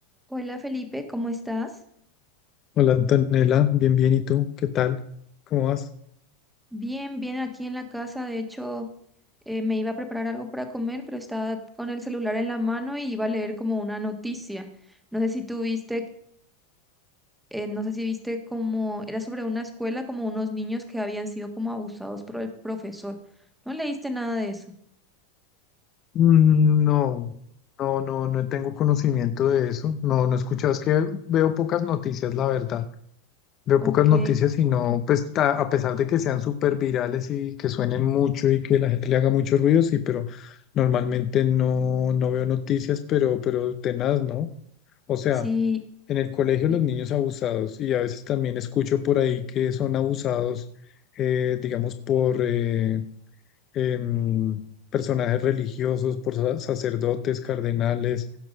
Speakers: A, in the centre; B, on the left.
A: Hola Felipe, ¿cómo estás?
B: Hola Antonella, bien, bien, ¿y tú? ¿Qué tal? ¿Cómo vas?
A: Bien, bien aquí en la casa. De hecho, eh, me iba a preparar algo para comer, pero estaba con el celular en la mano y iba a leer como una noticia. No sé si tú viste, eh, no sé si viste como era sobre una escuela, como unos niños que habían sido como abusados por el profesor. ¿No leíste nada de eso?
B: Mm, No, no, no, no tengo conocimiento de eso. No, no he escuchado. Es que veo pocas noticias, la verdad. Veo
A: Ok,
B: pocas noticias y no, pues ta- a pesar de que sean súper virales y que suenen mucho y que la gente le haga mucho ruido, sí, pero normalmente no, no veo noticias, pero, pero tenaz, ¿no? O sea,
A: sí,
B: en el colegio
A: y-
B: los niños abusados y a veces también escucho por ahí que son abusados, eh, digamos, por, eh, em, personajes religiosos, por sa- sacerdotes, cardenales,